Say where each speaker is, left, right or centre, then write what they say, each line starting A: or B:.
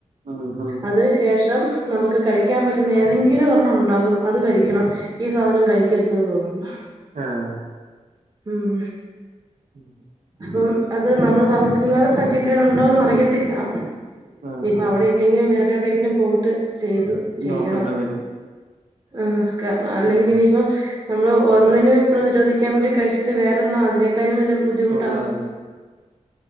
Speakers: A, on the right; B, on the right.
A: ഉം ഉം
B: അതിന് ശേഷം നമുക്ക് കഴിക്കാൻ പറ്റുന്ന ഏതെങ്കിലും ഒരെണ്ണം ഉണ്ടാകും. അത് കഴിക്കണം. ഈ സാധനം കഴിക്കരുത്. രുന്നർന്ന് <unintelligible>
A: ആഹ
B: ഉം
A: ഉം
B: അപ്പം അത് നമ്മൾ താമസിക്കുന്ന ജില്ലേൽ ഉണ്ടോന്ന് അറിയത്തില്ല
A: ആഹ്
B: ഇനിയിപ്പൊ അവിടെ ഇല്ലെങ്കിലും വേറെ എവിടെയങ്കിലും പോയിട്ട് ചെയ്ത് ചെയ്യണം
A: നോക്കണ്ട വരും
B: ആ കാരണം അല്ലെങ്കിൽ
A: ഉം
B: ഇനിയിപ്പം നമ്മള് ഒന്നിന് പ്രതിരോധിക്കാൻ വേണ്ടി കഴിച്ചിട്ട് വേറെ- അതിനേക്കാും വല്യ ബുദ്ധിമുട്ട്
A: ആഹ